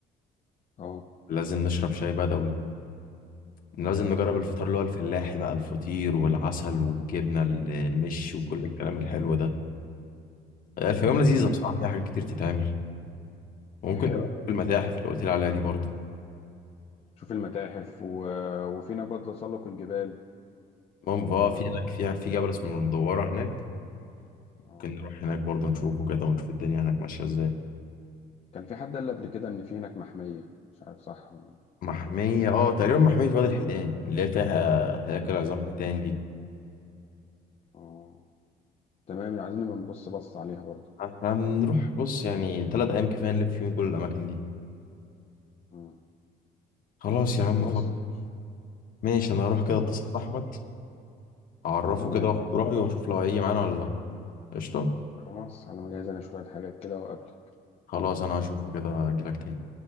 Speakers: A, on the left; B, on the left.
A: اهو
B: لازم نشرب شاي بدوي لازم نجرب الفطار اللي هو الفلاحي بقى الفطير والعسل والجبنة ال- المش
A: أحسن.
B: وكل الكلام الحلو ده الفيوم لذيذة
A: تمام
B: بصراحة فيها حاجات كتير تتعمل وممكن
A: هي حلو
B: تبقى في المتاحف اللي قلت لي عليها دي برضه
A: شوف المتاحف و... وفي هناك برضه تسلق الجبال
B: المهم، اه
A: تمام
B: في هناك في في جبل اسمه المدورة هناك
A: اه
B: ممكن نروح هناك برضه نشوفه كده ونشوف الدنيا هناك ماشية ازاي
A: كان في حد قال قبل كده ان في هناك محمية مش عارف صح ولا ايه
B: محمية اه تقريبا محمية وادي الحيتان اللي هي فيها هياكل عظام حيتان دي
A: اه تمام عايزين نبقى نبص بص عليها برضه
B: احنا هنروح بص يعني تلات أيام كفاية نلف فيهم كل الأماكن دي
A: مم.
B: خلاص يا عم
A: خلاص
B: فل
A: ماشي.
B: ماشي أنا هروح كده
A: زي
B: أتصل
A: الفل
B: بأحمد أعرفه
A: تمام
B: كده وأخد رأيه وأشوف لو هيجي معانا ولا لأ قشطة
A: خلاص على ما اجهز انا شوية حاجات كده وأقابلك
B: خلاص أنا هشوفه كده أجيلك تاني